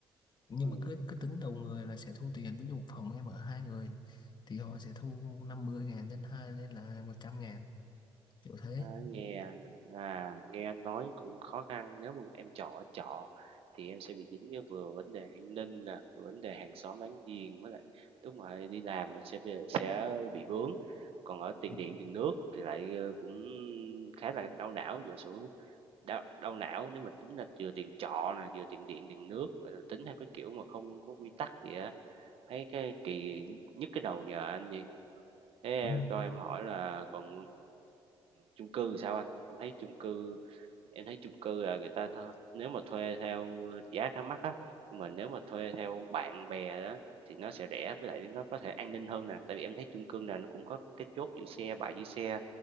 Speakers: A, on the left; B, on the right.
A: nhưng
B: ừ.
A: mà cứ cứ tính đầu người là sẽ thu tiền ví dụ phòng em ở hai người thì họ sẽ thu 50 ngàn lên hai lên là 100 ngàn kiểu thế
B: À, nghe à, nghe nói cũng khó khăn nếu mà em chọn ở trọ thì em sẽ bị dính với vừa vấn đề an ninh nè vừa vấn đề hàng xóm láng giềng với lại lúc mà đi làm mà sẽ bị, sẽ bị vướng còn ở tiền
A: Ừ,
B: điện tiền nước thì lại ờ, cũng khá là đau não giờ xuống đau, đau não nếu mà tính là vừa tiền trọ nè vừa tiền điện tiền nước rồi tính theo cái kiểu mà không có quy tắc vậy á thấy cái kỳ nhức cái đầu nhờ anh gì Thế em
A: đúng
B: cho em hỏi là còn chung cư thì sao anh? Em thấy chung cư em thấy chung cư là người ta tha- nếu mà thuê theo giá khá mắc á, nhưng mà nếu mà thuê theo bạn bè đó thì nó sẽ rẻ với lại nó có thể an ninh hơn nè, tại vì em thấy chung cư nào nó cũng có cái chốt giữ xe, bãi giữ xe.